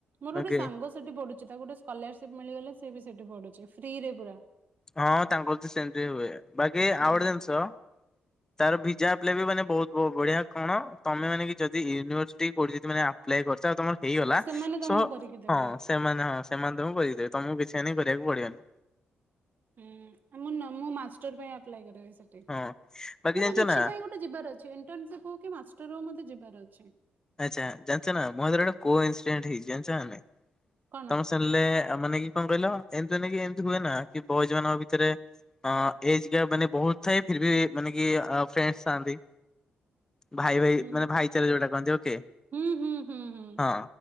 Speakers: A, on the right; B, on the left.
A: ମୋର ଗୋଟେ
B: ଓକେ
A: ସାଙ୍ଗ ସେ ସେଠି ପଢୁଛି। ତାକୁ ଗୋଟେ ସ୍କଲାରସିପ ମିଳିଗଲେ ସେ ବି ସେଠି ପଢୁଛି ଫ୍ରି ରେ ପୁରା।
B: ହଁ ତାଙ୍କର ତ ସେମିତି ହୁଏ ବାକି
A: ହୁଁ
B: ଆଉ ଗୋଟେ ଜିନିଷ। ତାର ଭିଜାଗ୍ ପିଲେ ବି ମାନେ ବହୁତ୍। ବଢିଆ କଣ ତମେ ମାନେ କି ଯଦି ୟୁନିଭର୍ସିଟି କୋଠି ଯଦି ମାନେ ଆପ୍ଲାଏ କରିଛ ଆଉ ତମର ହେଇଗଲା।
A: ସେମାନେ
B: ସ
A: ତମକୁ
B: ତ
A: କରିକି ଦେବେ।
B: ହଁ ସେମାନେ ହଁ ସେମାନେ ତମକୁ କରିକିଦେବେ। ତମକୁ କିଛି ଏନେ କରିବାକୁ ପଡିବନି।
A: ହୁଁ ମୁଁ ମୁଁ ନା ମାଷ୍ଟର ପାଇଁ ଆପ୍ଲାଇ କରିବି।
B: ହଁ ବାକି
A: ମତେ
B: ଜାଣିଛ
A: କିଛି
B: ନା
A: ପାଇଁ ଗୋଟେ ଯିବାର ଅଛି। ଇଣ୍ଟନ୍ସିପ୍ ହଉ କି ମାଷ୍ଟର ହଉ ମତେ ଯିବାର ଅଛି। ଅ।
B: ଆଚ୍ଛା ଜାଣିଛ ନା। ମୋ ହାତରେ ଗୋଟେ ବୋ ଇନ୍ଡେଣ୍ଟ ହେଇଛି ଜାଣିଛନା ନାହିଁ।
A: କଣ
B: ତମେ ସେଣିଲେ ମାନେ କି କଣ କହିଲ। ଏମତିକ ଏମତି ହୁଏ ନା କି ବୟଜ୍ ମାନଙ୍କ ଭିତରେ ଏଜ ମାନେ ବହୁତ ଥାଏ ଫ ବି ମାନେ କି ଫ୍ରେଣ୍ଡ ଥାଆନ୍ତି ଭାଇ ଭାଇ
A: ଉଁ
B: ମାନେ ଭାଇଚାର ଯୋଉଟା କହନ୍ତି ଓକେ
A: ହୁଁ ହୁଁ ହୁଁ ହୁଁ
B: ହଁ